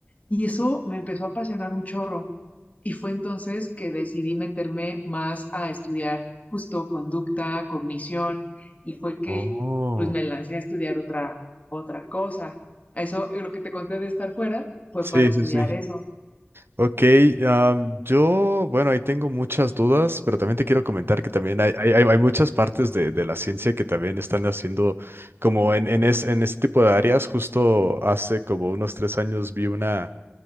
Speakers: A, on the left (about 35°); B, on the right (about 60°).
A: y eso me empezó a apasionar un chorro. Y fue entonces que decidí meterme más a estudiar justo conducta, cognición, y fue que
B: Oh.
A: pues me lancé a estudiar otra, otra cosa. Eso, lo que te conté de estar fuera, fue
B: Sí,
A: para estudiar
B: sí, sí.
A: eso.
B: Ok, am, yo, bueno, ahí tengo muchas dudas, pero también te quiero comentar que también hay, hay, hay hay muchas partes de, de la ciencia que también están haciendo como en, en, es- en este tipo de áreas. Justo hace como unos tres años vi una